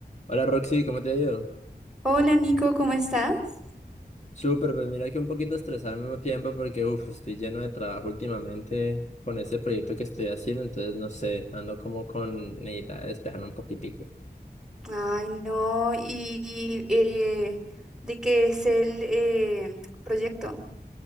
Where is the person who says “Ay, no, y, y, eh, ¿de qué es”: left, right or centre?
Centre